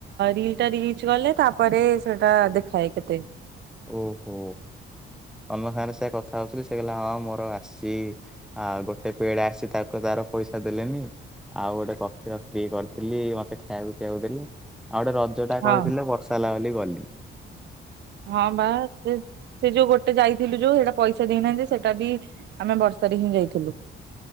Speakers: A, on the right; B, in the centre.
A: ରିଲ ଟା ରିଚ ଗଲେ, ତାପରେ ସେଟା ଦେଖାଏ କେତେ?
B: ଓହୋ, ଅନ୍ଥାନରେ ସେ କଥା ହଉଥିଲି, ସେ କହିଲା ହଁ ମୋର ଆସିଚି। ଆଉ ଗୋଟେ ପେଡ ଆସି, ତାକୁ ତାର ପଇସା ଦେଲେନି। ଆଉ ଗୋଟେ <inaudible> କରିଥିଲି, ମତେ ଖାଇଆବାକୁ ପିଇବାକୁ ଦେଲେ। ଆଉ ଗୋଟେ ରଜ ଟା
A: ହଁ।
B: କହିଥିଲେ, ବର୍ଷା ହେଲା ବୋଲି ଗଲି।
A: ହଁ, ବା। ସେ ଯୋଉ ଗୋଟେ ଯାଇଥିଲୁ ଯୋଉ, ସେଇଟା ପଇସା ଦେଇନାହାଁନ୍ତି, ସେଇଟା ବି ଆମେ ବର୍ଷାରେ ହିଁ ଯାଇଥିଲୁ।